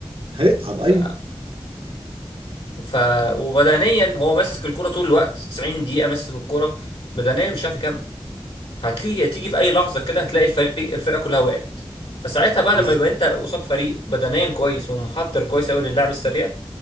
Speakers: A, on the right; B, on the left.
A: هيتعب ايوه
B: ف... ف... وبدنيا هو ماسك الكورة طول الوقت 90 دقيقة ماسك الكورة بدنيا مش عارف يكمل فهتيجي تيجي في اي لحظه كده هتلاقي الفريق الفرقه كلها وقعت فساعتها بقى
A: بالظبط
B: لما يبقى انت قصاد فريق بدنيا كويس ومحضر كويس قوي للعب السريع